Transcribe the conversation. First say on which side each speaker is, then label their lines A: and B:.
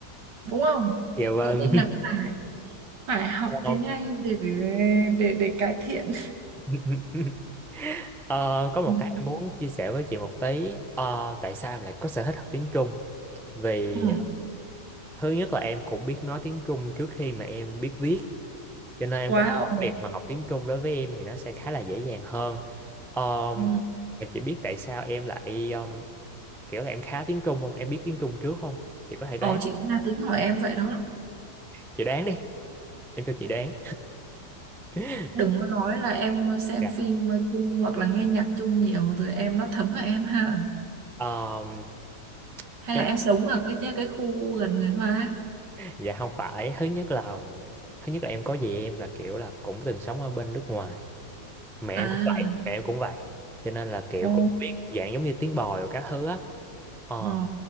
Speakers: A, on the right; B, in the centre.
A: đúng không
B: Dạ vâng.
A: Thế nên là phải phải học
B: <laughs> Không.
A: tiếng Anh để để để cải thiện
B: <laughs> Ờ, có một
A: ừ.
B: cái em muốn chia sẻ với chị một tí. Ờ, tại sao em lại có sở thích học tiếng Trung? Vì
A: ừ.
B: ờ, thứ nhất là em cũng biết nói tiếng Trung trước khi mà em biết viết. cho nên em
A: wow.
B: cảm thấy việc mà học tiếng Trung đối với em thì nó sẽ khá là dễ dàng hơn um,
A: ừ.
B: em chỉ biết tại sao em lại um, kiểu là em khá tiếng Trung không em biết tiếng Trung trước không chị có thể đoán
A: Ồ, chị cũng đang tính hỏi em vậy đó
B: chị đoán đi em cho chị đoán <laughs>
A: đừng có nói là em xem
B: Dạ.
A: phim chung hoặc là nghe nhạc chung nhiều rồi em nó thấm vào em ha
B: Um,
A: hay
B: cái
A: là
B: đó-
A: em sống ở cái cái khu gần người Hoa
B: dạ không phải thứ nhất là thứ nhất là em có gì em là kiểu là cũng từng sống ở bên nước ngoài mẹ em
A: à
B: cũng vậy mẹ em cũng vậy cho nên là kiểu
A: Ờ,
B: cũng biết dạng giống như tiếng bòi rồi các thứ á ờ
A: ờ.